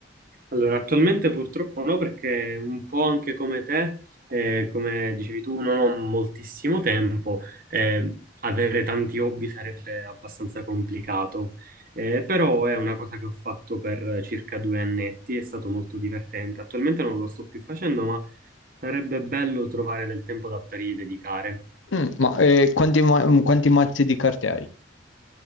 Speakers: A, on the right (about 45°); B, on the left (about 90°).
A: Allora, attualmente purtroppo no, perché un po' anche come te, eh, come dicevi tu, non ho moltissimo tempo, eh, avere tanti hobby sarebbe abbastanza complicato, Eh, però è una cosa che ho fatto per circa due annetti, è stato molto divertente. Attualmente non lo sto più facendo, ma sarebbe bello trovare del tempo da potergli dedicare.
B: Mm, ma eh, quanti, ma- quanti mazzi di carte hai?